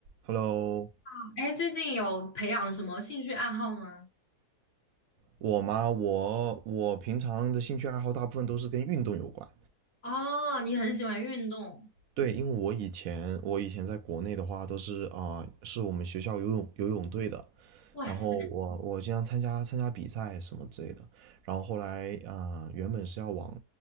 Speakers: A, on the right; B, on the left.
A: Hello，
B: Hello，哎，最近有培养什么兴趣爱好吗？
A: 我吗？我我平常的兴趣爱好大部分都是跟运动有关。
B: 哦，你很喜欢运动，
A: 对，因为我以前我以前在国内的话都是啊、是我们学校游泳游泳队的，
B: 哇塞，
A: 然后我我经常参加参加比赛什么之类的。然后后来啊、原本是要往